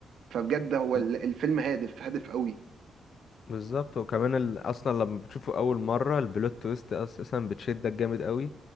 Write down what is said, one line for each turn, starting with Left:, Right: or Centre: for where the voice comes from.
Right: فبجد هو
Left: بز-
Right: ال- الفيلم هادف هادف قوي
Left: بالظبط وكمان ال... أصلا لما بتشوفه أول مرة البلوت تويست أساسا بتشدك جامد أوي